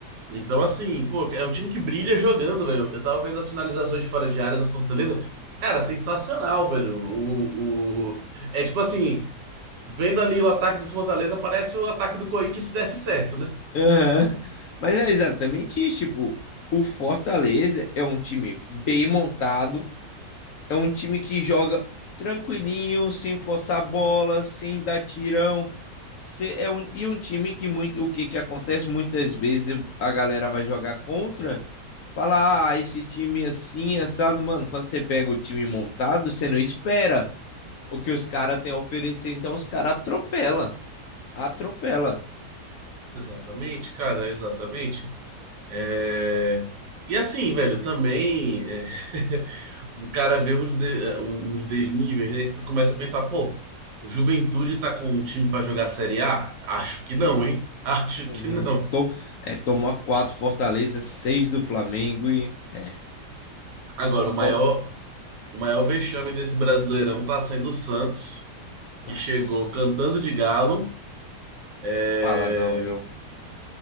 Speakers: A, on the right (about 80°); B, on the left (about 70°).
A: Então, assim, pô, é um time que brilha jogando, velho. Eu tava vendo as finalizações de fora de área do Fortaleza. Cara, sensacional, velho. O, o... É tipo assim, vendo ali o ataque do Fortaleza, parece o ataque do Corinthians se desse certo, né?
B: Aham. Mas é exatamente isso, tipo, o Fortaleza é um time bem montado, é um time que joga tranquilinho, sem forçar a bola, sem dar tirão. Se- É um, e um time que muito, o que que acontece muitas vezes a galera vai jogar contra, fala, ah, esse time assim, assado, mano, quando você pega o time montado, você não espera o que os caras têm a oferecer, então os caras atropela, atropela.
A: Exatamente, cara, exatamente. É... E assim, velho, também é, <laughs> o cara vê uns, de- é, uns desníveis, né? Que tu começa a pensar, pô, o Juventude tá com um time pra jogar Série A? Acho que não, hein? <laughs> Acho
B: Uhum.
A: que não.
B: To- é, tomou quatro Fortaleza, seis do Flamengo e é
A: Agora,
B: só.
A: o maior O maior vexame desse Brasileirão tá sendo o Santos, que
B: Nossa,
A: chegou cantando de galo, é,
B: fala não, viu?